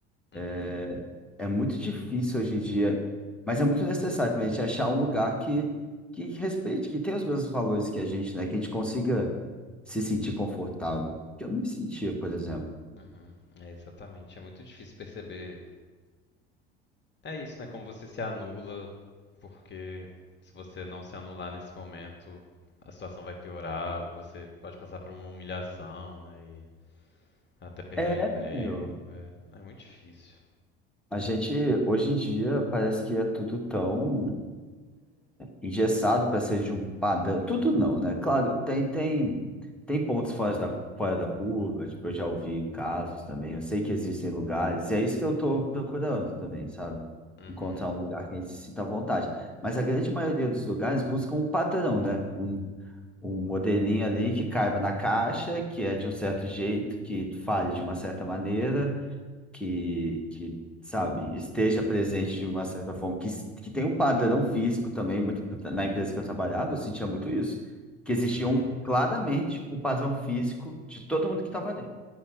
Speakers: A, on the left (about 40°); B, in the centre.
A: uhum,
B: é é muito difícil hoje em dia, mas é muito necessário também a gente achar um lugar que, que respeite, que tenha os mesmos valores que a gente, né, que a gente consiga se sentir confortável, que eu não me sentia, por exemplo.
A: uhum. É exatamente, é muito difícil perceber. É isso, né? Como você se anula, porque se você não se anular nesse momento, a situação vai piorar, ou você pode passar por uma humilhação, né? E Até perder
B: É,
A: o emprego.
B: meu,
A: É, é muito difícil.
B: a gente hoje em dia parece que é tudo tão engessado para ser de um padrão. Tudo não, né? Claro, tem, tem, tem pontos fora da, fora da curva, tipo, eu já ouvi casos também, eu sei que existem lugares, e é isso que eu estou procurando também, sabe?
A: Uhum,
B: Encontrar um lugar que a gente se sinta à vontade. Mas a grande maioria dos lugares busca um padrão, né? Um, um modelinho ali que caiba na caixa, que é de um certo jeito, que fale de uma certa maneira que, que sabe, esteja presente de uma certa forma, que, que tem um padrão físico também, muito, na empresa que eu trabalhava, eu sentia muito isso, que existia
A: uhum,
B: um, claramente um padrão físico de todo mundo que estava ali.